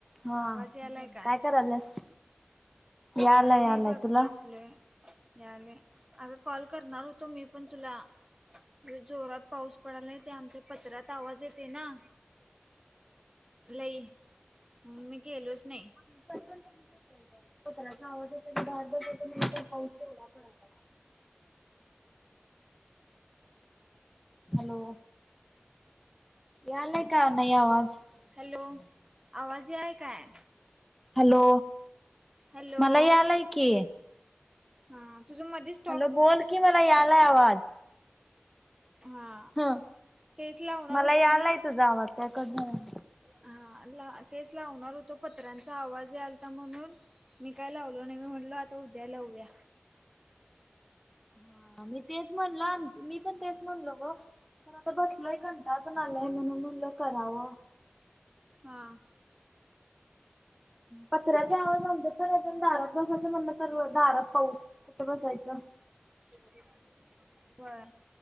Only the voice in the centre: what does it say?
हा
काय करायलास यालाय
यालाय
तुला
<unintelligible> पत्र्याचा आवाज येतोय, दहा बस पाऊस तेवढा पडाला <unintelligible> हॅलो? या आलाय का नाही आवाज?
हॅलो
मला यालय की.
हॅलो बोल की मला यालाय आवाज.
ह
मला
यालाय
तुझा आवाज.
हा मी तेच म्हणल आम मी पण तेच म्हणलो ग. तर आता बसलो कंटाळा पण आलाय म्हणून म्हणलं करावा.
पत्र्याच्या आवाज न दारात बसायच म्हणलं तर दारात पाऊस. कुठं बसायचं.